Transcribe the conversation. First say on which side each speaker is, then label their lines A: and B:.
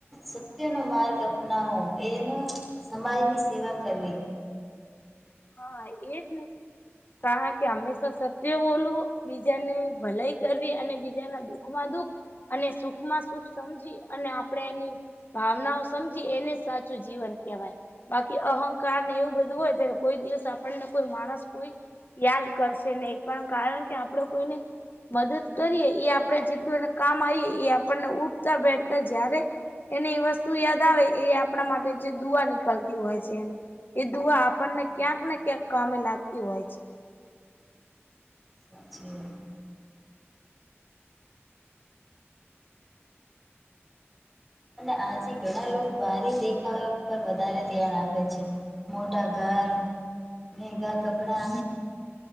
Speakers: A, in the centre; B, on the left (about 50°).
A: સત્યનો માર્ગ અપનાવો એનો સમાજની સેવા કરવી
B: હા એજ ને કારણ કે હંમેશા સત્ય બોલવો બીજાની ભલાઈ કરવી અને બીજાના દુખ માં દુઃખ અને સુખમાં સુખ સમજી અને આપણે એની ભાવનાઓ સમજી એને સાચું જીવન કેહેવાય બાકી અહંકાર ને એવું બધું હોય તેને કોઈ દિવસ આપણને કોઈ માણસ કોઈ યાદ કરશે નહી પણ કારણ કે આપડે કોઈને મદદ કરીએ એ આપણે જેટલું એ કામ આવીએ એ આપણને ઉઠતા બેઠતા જ્યારે એને એ વસ્તુ યાદ આવે એ આપણા માટે જે દુઆ નીકળતી હોય છે એ દુઆ આપણને
A: હમ
B: ક્યાંક ને ક્યાંક કામે લાગતી હોય છે.
A: <unintelligible> અને આજે ઘણા લોકો બારી દેખાવ પર વધારે ધ્યાન આપે છે. મોટા ઘર મેગા કપડા